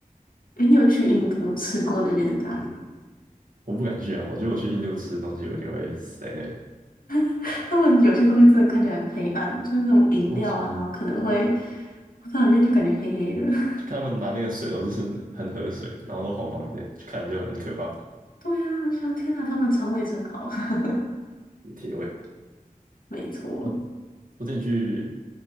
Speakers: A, on the left (about 80°); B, on the right (about 70°).
A: 诶，你有去印度吃过那边的咖喱吗
B: 我不敢去啊，我觉得我去印度吃的东西，我一定会死在那里。
A: <laughs> 他们有些东西真的看起来很黑暗，就是那种饮料啊，
B: 我就
A: 然后可能会不知道里面就感觉黑黑的。<laughs>
B: 看他们拿那个水都是很喝水，然后都黄黄的，就看着就很可怕，
A: 对呀、啊我就想天哪，他们肠胃真好。<laughs>
B: 铁胃。
A: 没错，
B: 我我之前去